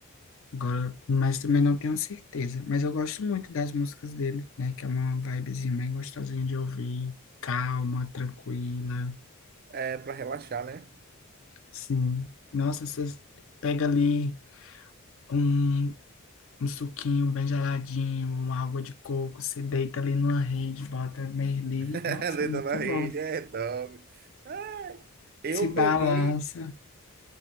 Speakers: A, on the left; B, on the right.
A: Agora, mas também não tenho certeza. Mas eu gosto muito das músicas dele, né? Que é uma vibezinha bem gostosinha de ouvir, calma, tranquila.
B: É para relaxar, né?
A: Sim. Nossa, você pega ali um, um suquinho bem geladinho, uma água de coco, se deita ali numa rede, bota Merli.
B: <laughs>
A: Nossa,
B: Deita
A: muito
B: na rede,
A: bom.
B: é, dorme. Ah, eu
A: Se balança.
B: peguei.